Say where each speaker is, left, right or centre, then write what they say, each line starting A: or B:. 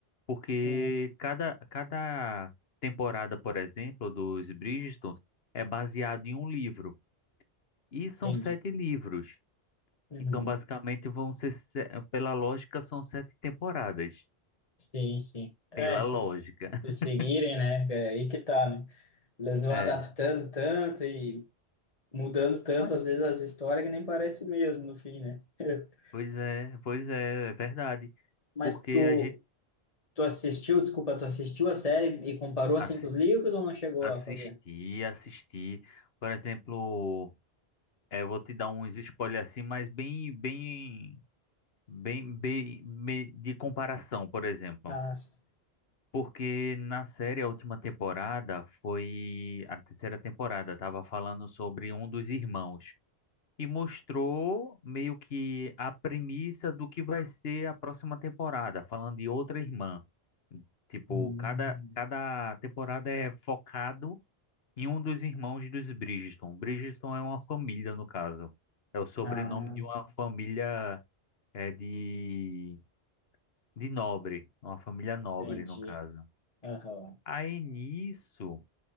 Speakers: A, on the left; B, on the left.
A: Porque
B: Hum,
A: cada, cada temporada, por exemplo, dos Bridgerton é baseado em um livro. E são
B: entendi.
A: sete livros.
B: Uhum.
A: Então, basicamente, vão ser, se- eh, pela lógica, são sete temporadas.
B: Sim, sim. É,
A: Pela
B: se,
A: lógica.
B: se seguirem,
A: <laughs>
B: né? É aí que tá, né? Eles vão
A: É.
B: adaptando tanto e mudando tanto,
A: Mas,
B: às vezes, as histórias que nem parece mesmo no fim, né? <laughs>
A: pois é, pois é, é verdade.
B: Mas
A: Porque
B: tu,
A: a gente
B: tu assistiu, desculpa, tu assistiu a série e comparou assim
A: assi-
B: com os livros ou não chegou
A: assistir,
B: a fazer?
A: assistir. Por exemplo, é, eu vou te dar uns spoilers assim, mas bem, bem, bem, bem, me- de comparação, por exemplo.
B: Ah, s-
A: Porque na série, a última temporada foi a terceira temporada, tava falando sobre um dos irmãos e mostrou meio que a premissa do que vai ser a próxima temporada, falando de outra irmã. Tipo,
B: Uhum.
A: cada, cada temporada é focado em um dos irmãos dos Bridgerton. Bridgerton é uma família, no caso. É o sobrenome
B: Ah,
A: de uma família é, de, de nobre, uma família nobre,
B: entendi.
A: no caso.
B: Aham.
A: Aí nisso.